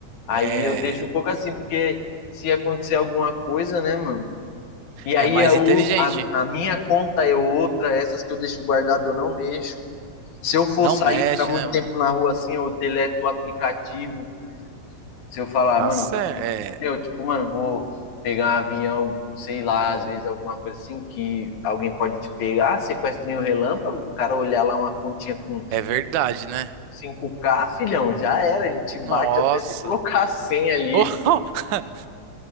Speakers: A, on the left; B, on the right.
A: Aí
B: é,
A: eu deixo um pouco assim, porque se acontecer alguma coisa, né, mano? E aí
B: é mais
A: a, a,
B: inteligente.
A: a minha conta é outra, essas que eu deixo guardado eu não mexo. Se eu for
B: Não
A: sair
B: mexe,
A: ficar muito
B: né, mano?
A: tempo na rua assim, eu deleto o aplicativo. Se eu falar,
B: Tá
A: mano,
B: certo.
A: vou,
B: É,
A: entendeu? Tipo, mano, vou pegar um avião, sei lá, às vezes alguma coisa assim que alguém pode te pegar, sequestrinho um relâmpago, o cara olhar lá uma continha com
B: é verdade, né?
A: cinco k filhão, já era, ele te
B: Nossa.
A: bate até você colocar a senha ali,
B: <laughs> Oh,